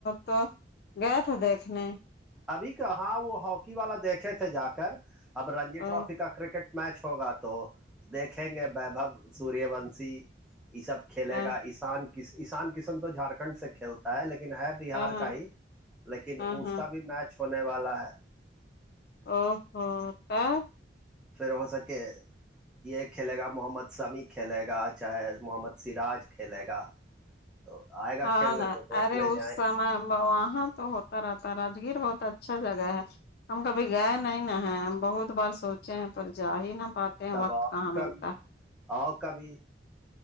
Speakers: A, on the left; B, in the centre.
A: تو گئے تھے دیکھنے
B: ابھی کہاں وہ ہاکی والا دیکھے تھے جا کر اب رنجی
A: او
B: ٹرافی کا کرکٹ میچ ہوگا تو دیکھیں گے وبھو سوریہ بنشی یہ سب کھیلے
A: ہاں
B: گا ایسان کس ایسان کسن تو جھارکھنڈ سے کھیل ہے لیکن ہے بہار
A: ہاں ہاں
B: کا ہی لیکن
A: ہاں
B: اس
A: ہاں
B: کا بھی میچ ہونے والا ہے
A: ا ہ کیا
B: پھر ہو سکے یہ کھیلے گا محمد سمیع کھیلے گا چاہے محمد سراج کھیلے گا تو آئے گا
A: ہاں
B: کھیلنے
A: ن
B: تو دیکھنے
A: ارے اس
B: جائیں
A: س ب وہاں تو ہو طاتا راجگیر بہت اچھا جگہ ہے ہم کبھی گئے نہیں ن ہے ہم بہت بار سوچے ہیں پر جا ہی نہ پاتے ہیں
B: تب
A: وقت
B: آؤ
A: کہاں
B: کا
A: ملتا
B: بھی آؤ کا بھی